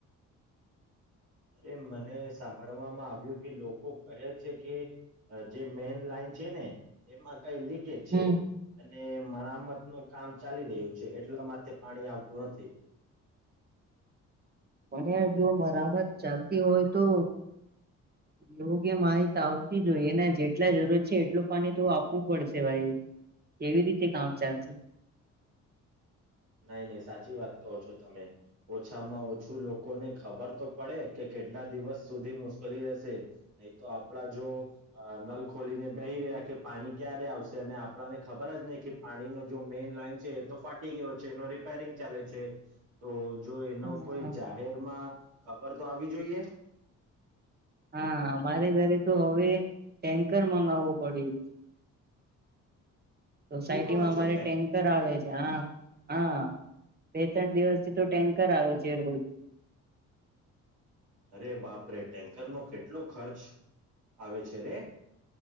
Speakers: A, on the right; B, on the right.
A: અરે મને સાંભળવામાં આવ્યું કે લોકો કહે છે કે જે મેન લાઈન છે ને એમાં કઈ લીકેેજ છે
B: હમ
A: અને મરામત નું કામ ચાલી રહ્યું છે એટલા માટેથે પાણી આવતું નથી
B: પણ જો મરામત ચાલતી હોય તો યોગ્ય માહિત આવતી જોઈ એના જેટલા જરૂરત છે એટલું પાણી તો આપવું પડશે ભાઈ કેવી રીતે કામ ચાલશે
A: નહી નહી સાચી વાત કહો છો તમે ઓછામાં ઓછું લોકોને ખબર તો પડે કે કેટલા દિવસ સુધી મુશ્કેલી રહેશે નહી તો આપડા જો નલ ખોલીને બેહી રહ્યા કે પાણી ક્યારે આવશે અને આપણાને ખબર જ નહી કે પાણીનો જો મેઈન લાઈન છે એ તો ફાટી ગયો છે એ રિપેરિંગ ચાલે છે તો જો એનો
B: હા
A: કોઈ જાહેરમાં ખબર તો આવી જોઈએ
B: હા અમારે ઘરે તો હવે ટેન્કર મગાવવું પડ્યું સોસાયટી
A: શું કહો
B: માં અમારે
A: છો
B: ટેન્કર આવે છે હા હા બે ત્રણ દિવસથી તો ટેન્કર આવે છે રોજ
A: અરે બાપ રે ટેન્કર નો કેટલો ખર્ચ આવે છે રે